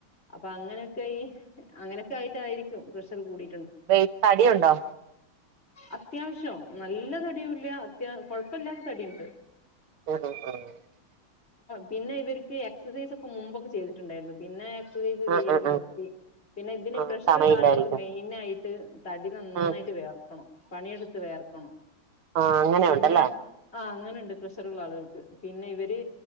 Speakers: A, on the left; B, on the right.
A: അപ്പ അങ്ങനെയെക്കെ ഈ അങ്ങനെയൊക്കെ ആയിട്ടായിരിക്കും പ്രഷറ് കൂടി
B: വെ ത്തടിയുണ്ടോ
A: അത്യാവശ്യം നല്ല തടിയൂല്ല അത്യാ കൊഴപ്പില്ലാത്ത തടിയിണ്ട്
B: <unintelligible>
A: പിന്നെ ഇവര്ക്ക് എക്സസൈസ് ഒക്കെ മുമ്പൊക്കെ ചെയ്തിട്ടിണ്ടായിരുന്നു പിന്നെ
B: ഉം ഉം
A: ലൊക്കെ
B: ഉം
A: നിർത്തി
B: ഉം
A: പിന്നെ ഇതിന്
B: ആഹ്
A: പ്രഷറ്ള്ള
B: സമയില്ലായിരിക്കും
A: ആള്കൾക്ക് മെയിനാ ആയിട്ട് തടി നന്നായിട്ട്
B: ഉം
A: വേർക്കണം പണിയെടുത്ത് വേർക്കണം
B: ആഹ് അങ്ങനെ
A: പിന്നെ
B: ഉണ്ടല്ലേ
A: ആ അങ്ങനെ പ്രഷറ്ള്ള ആള്കൾക്ക്. പിന്നെ ഇവര്